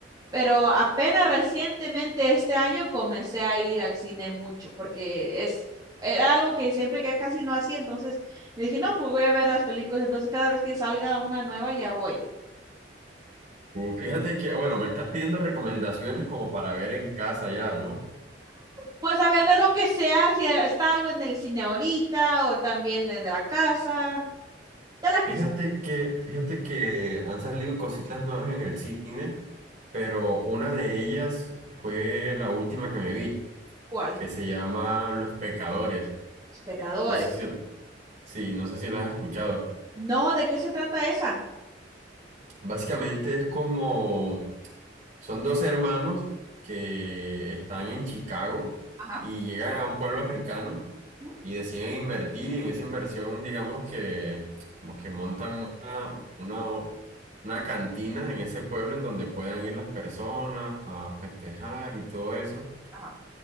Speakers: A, on the right (about 20°); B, on the right (about 45°).
A: pero apenas recientemente este año comencé a ir al cine mucho porque es, era algo que siempre ya casi no hacía, entonces me dije, no, pues voy a ver las películas, entonces cada vez que salga una nueva ya voy.
B: Uh, fíjate que, bueno, me estás pidiendo recomendaciones como para ver en casa ya, ¿no?
A: Pues a ver de lo que sea, si está algo en el cine ahorita o también de de la casa, de la que
B: Fíjate
A: sea.
B: que, fíjate que han salido cositas nuevas en el cine, pero una de ellas fue la última que me vi,
A: ¿Cuál?
B: que se llama Los Pecadores.
A: Los pecadores.
B: No sé si, sí, no sé si la has escuchado.
A: No, ¿de qué se trata esa?
B: Básicamente es como Son dos hermanos que están en Chicago
A: Ajá.
B: y llegan a un pueblo africano
A: ¿Mm?
B: y deciden invertir y en esa inversión digamos que como que montan una, una, una cantina en ese pueblo en donde puedan ir las personas a festejar y todo eso.
A: Ajá.